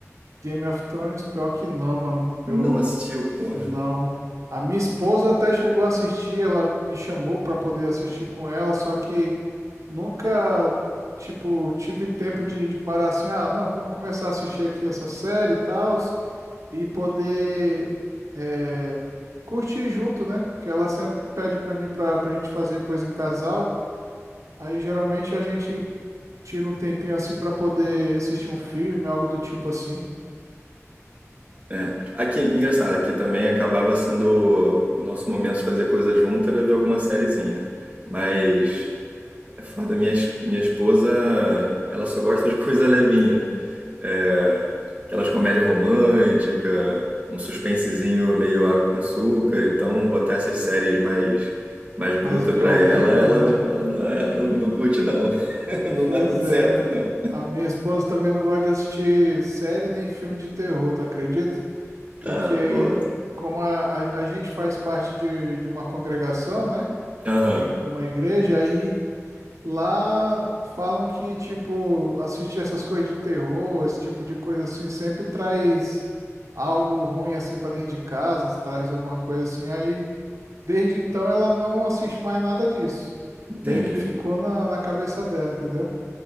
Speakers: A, on the right; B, on the right.
A: Game of Thrones, pior que não, mano.
B: Não
A: Eu
B: assistiu, porra.
A: não. A minha esposa até chegou a assistir, ela me chamou pra poder assistir com ela, só que nunca, tipo, tive tempo de, de parar assim, ah, não, vamos começar a assistir aqui essa série e tal. e poder é, curtir junto, né? Que ela sempre pede pra mim pra, pra gente fazer coisa em casal. Aí geralmente a gente tira um tempinho assim pra poder assistir um filme, algo do tipo assim.
B: É. Aqui, engraçado, aqui também acabava sendo o nosso momento de fazer coisa junto era ver alguma sériezinha. Mas é foda, minha, es- minha esposa, ela só gosta de <laughs> coisa levinha. É, aquelas comédia romântica, um suspensezinho meio água com açúcar, então botar essas séries mais mais bruta
A: mais violenta,
B: pra ela, ela
A: né?
B: não, ela não, ela não, não curte não. <laughs> Não
A: Pois
B: dá muito
A: é.
B: certo não.
A: A minha esposa também não gosta de assistir série nem filme de terror, tu acredita? Porque
B: Ah, pô.
A: como a, a, a gente faz parte de, de uma congregação, né?
B: Aham,
A: Uma, i- de uma igreja, aí lá falam que, tipo, assistir essas coisas de terror, esse tipo de coisa assim, sempre traz algo ruim assim para dentro de casa, traz alguma coisa assim. Aí, desde então, ela não assiste mais nada disso.
B: entendi.
A: Meio que ficou na, na cabeça dela, entendeu?